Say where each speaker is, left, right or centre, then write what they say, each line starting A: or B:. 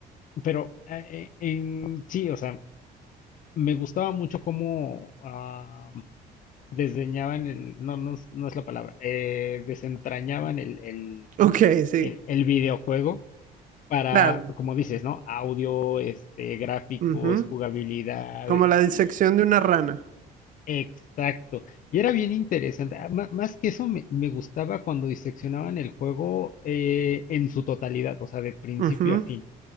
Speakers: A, on the left (about 50°); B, on the right (about 50°).
A: pero eh, eh, en sí, o sea, me gustaba mucho cómo ah, desdeñaban el, no, no, es no es la palabra, eh, desentrañaban el, el,
B: Ok, sí,
A: el, el videojuego para,
B: claro.
A: como dices, ¿no? Audio, este, gráficos,
B: Ujú.
A: jugabilidad,
B: Como
A: eh,
B: la
A: y-
B: disección de una rana.
A: exacto. Y era bien interesante. Ah, má- Más que eso, me, me gustaba cuando diseccionaban el juego eh, en su totalidad, o sea, de principio
B: Ujú.
A: a fin.